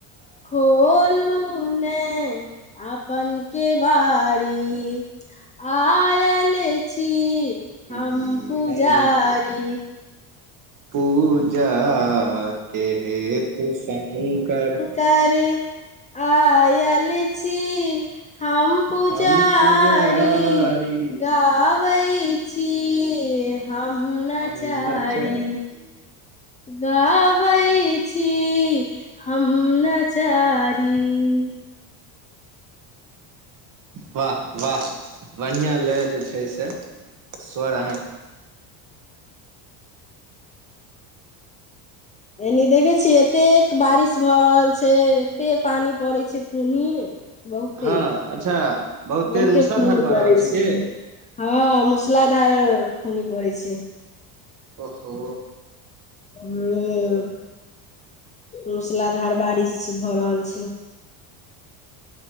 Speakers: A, on the left; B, on the right.
A: खोलू ने अपन केवारी आयल छी
B: छी
A: हम पुजारी
B: हम पूजाके हेतु शङ्कर
A: कर आयल छी हम पुजारी
B: हम पुजारी
A: गाबै छी हम नचारी
B: हम नचारी
A: गाबै छी हम नचारी इ
B: वाह वाह बढ़िया लय जे छै से स्वर अहाँके
A: एनी देखे छियै एतेक बारिश भऽ रहल छै एते पानी पड़ै छै पूनी बहुते
B: हँ अच्छा बहुत तेज
A: बहुते
B: मूसलाधार
A: बूनी
B: भऽ
A: पड़ै
B: रहल
A: छै
B: की
A: हँ मुसलाधार बुनी पड़ै छै
B: ओहो
A: हुँ अ मूसलाधार बारिश भऽ रहल छै